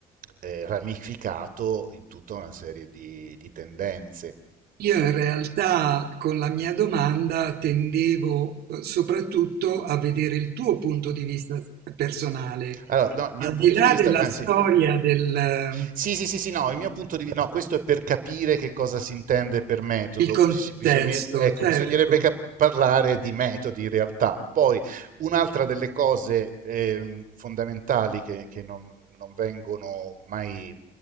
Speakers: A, on the right; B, on the right.
A: eh, ramificato in tutta una serie di, di tendenze.
B: io in realtà con la mia domanda tendevo eh, soprattutto a vedere il tuo punto di vista personale,
A: Allora, no, il mio
B: al
A: punto
B: di là
A: di vista...
B: della
A: eh,
B: storia
A: sì.
B: del, eh,
A: Sì, sì, sì, sì, no, il mio punto di vista... No, questo è per capire che cosa si intende per metodo.
B: il contesto,
A: Si- bisogna- ecco,
B: certo,
A: bisognerebbe cap- parlare di metodi in realtà. Poi, un'altra delle cose ehm, fondamentali che, che non, non vengono mai eh,